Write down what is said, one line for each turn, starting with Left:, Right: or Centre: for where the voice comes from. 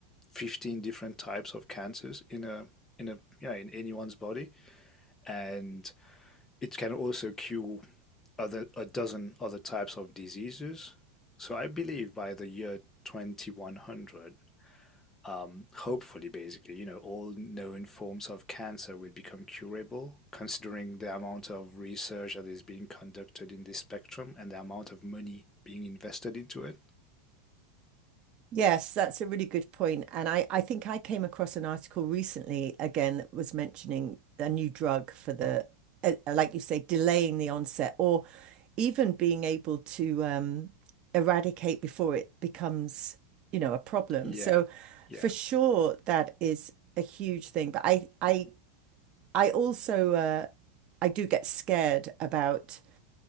Left: 15 different types of cancers in a in a yeah in anyone's body and it can also cure other a dozen other types of diseases so i believe by the year 2100 um, hopefully, basically, you know, all known forms of cancer will become curable, considering the amount of research that is being conducted in this spectrum and the amount of money being invested into it.
Right: Yes, that's a really good point. And I, I think I came across an article recently again that was mentioning a new drug for the, uh, uh, like you say, delaying the onset or even being able to um, eradicate before it becomes, you know, a problem.
Left: Yeah,
Right: So
Left: yeah.
Right: for sure, that is a huge thing. But I, I, I also, uh, I do get scared about